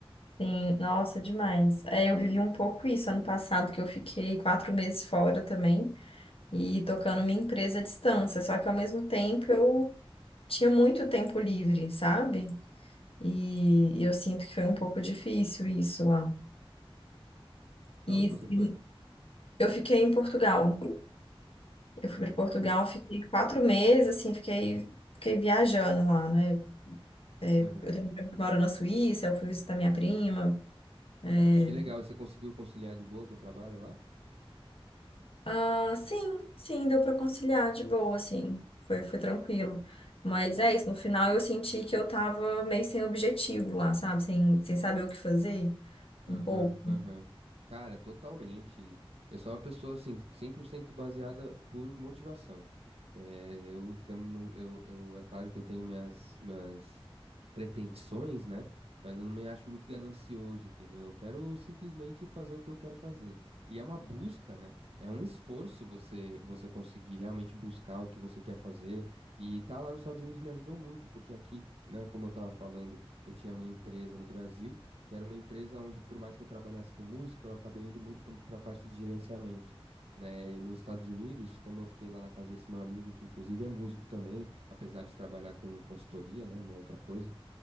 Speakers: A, on the left; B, on the right.
A: sim. Nossa, demais. É, eu vivi um pouco isso ano passado, que eu fiquei quatro meses fora também e tocando minha empresa à distância. Só que ao mesmo tempo eu tinha muito tempo livre, sabe? E, e eu sinto que foi um pouco difícil isso lá.
B: Pra
A: E,
B: onde você foi?
A: e eu fiquei em Portugal. Eu fui para Portugal, fiquei quatro meses, assim, fiquei, fiquei viajando lá, né? É,
B: Tá.
A: eu tenho um primo que mora na Suíça, eu fui visitar minha prima. É,
B: Que legal, e você conseguiu conciliar de boa com o trabalho lá?
A: ah, sim, sim, deu para conciliar de boa, assim, foi, foi tranquilo. Mas é isso, no final eu senti que eu tava meio sem objetivo lá, sabe? Sem, sem saber o que fazer,
B: Aham,
A: um pouco.
B: aham. Cara, totalmente. Eu sou uma pessoa, assim, 100% baseada por motivação. É, eu, tam- não- eu, eu, é claro que eu tenho minhas, minhas pretensões, né? Mas eu não me acho muito ganancioso, entendeu? Eu quero simplesmente fazer o que eu quero fazer. E é uma busca, né? É um esforço você, você conseguir realmente buscar o que você quer fazer. E tá lá nos Estados Unidos me ajudou muito, porque aqui, né, como eu tava falando, eu tinha minha empresa no Brasil que era uma empresa onde, por mais que eu trabalhasse com música, eu acabei indo muito para a parte de gerenciamento, né? E nos Estados Unidos, como eu fiquei lá na casa desse meu amigo, que inclusive é músico também, apesar de trabalhar com consultoria, né? Uma outra coisa,